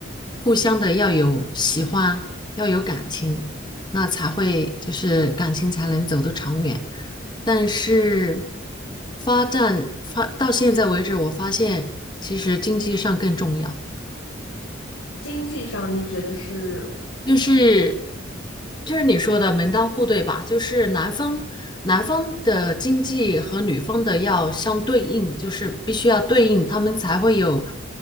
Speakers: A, on the left; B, on the left.
A: 互相的要有喜欢，要有感情，那才会就是感情才能走得长远。但是发展发到现在为止，我发现其实经济上更重要。
B: 经济上，你指的是
A: 就是就是你说的门当户对吧？就是男方男方的经济和女方的要相对应，就是必须要对应，他们才会有